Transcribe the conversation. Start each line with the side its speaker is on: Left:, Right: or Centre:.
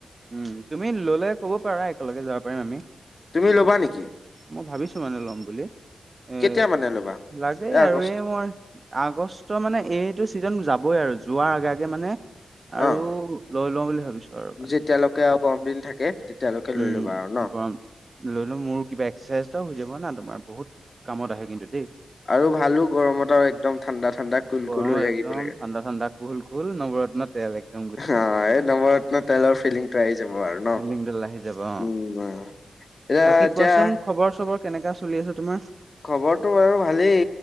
Right: উম তুমি ললে ক'ব পাৰা একেলগে যাব পাৰিম আমি।
Left: তুমি ল'বা নেকি?
Right: মই ভাবিছো মানে লম বুলি এ
Left: কেতিয়া মানে ল'বা?
Right: লাগেই
Left: এ আগষ্ট
Right: আৰু এই মই আগষ্ট মানে এইটো ছিজন যাবই আৰু যোৱাৰ আগগে মানে
Left: অ'
Right: আৰু লৈ লওঁ বুলি ভাবিছো। আৰু মানে
Left: যেতিয়ালৈকে আৰু গৰম দিন থাকে। তেতিয়ালৈকে লৈ
Right: উম,
Left: ল'বা আৰু ন?
Right: গৰম লৈ লো মোৰ কিবা এক্সাৰচাইজ এটাও হৈ যাব না তোমাৰ বহুত কামত আহে কিন্তু দেই।
Left: আৰু ভালো গৰমত আৰু একদম ঠাণ্ডা ঠাণ্ডা কুলকুল
Right: গৰমত
Left: হৈ থাকিব
Right: একদম
Left: লাগে।
Right: ঠাণ্ডা ঠাণ্ডা কুহুল কুহুল নৱৰত্ন তেল একদম গুচি
Left: হ
Right: তাত
Left: এ নৱৰৰত্ন তেলৰ ফিলিং প্ৰাই চ ন
Right: ফিল্ডিংডাল আহি যাব অ
Left: উম এতিয়া
Right: বাকী কোৱাচোন খবৰ চবৰ কেনেকা চলি আছে তোমাৰ?
Left: খবৰটো বাৰু ভালেই